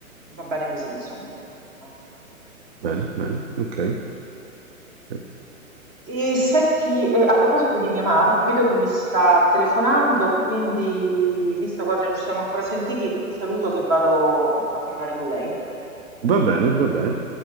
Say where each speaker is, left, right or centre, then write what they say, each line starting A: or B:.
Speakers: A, on the right; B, on the right.
A: va bene così, insomma, per fortuna.
B: Bene, bene, ok. Ok.
A: E senti, eh, a proposito di mia madre, <laughs> vedo che mi sta telefonando, quindi visto che oggi non ci siamo ancora sentiti, ti saluto che vado a parlare con lei.
B: Va bene, va bene.